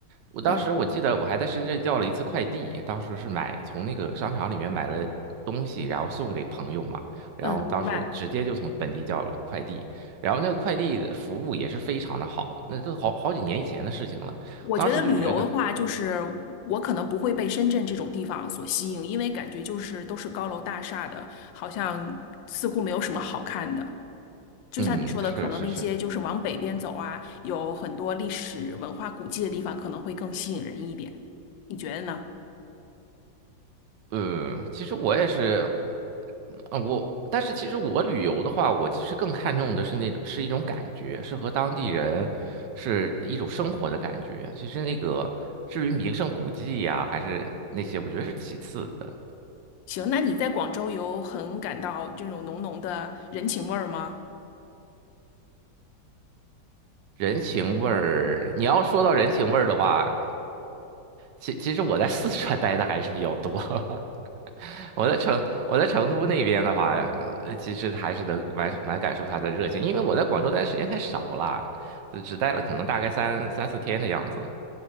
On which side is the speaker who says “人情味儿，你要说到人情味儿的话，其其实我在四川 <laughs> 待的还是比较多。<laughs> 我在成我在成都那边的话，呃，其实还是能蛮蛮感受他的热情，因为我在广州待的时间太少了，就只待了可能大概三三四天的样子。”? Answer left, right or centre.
Right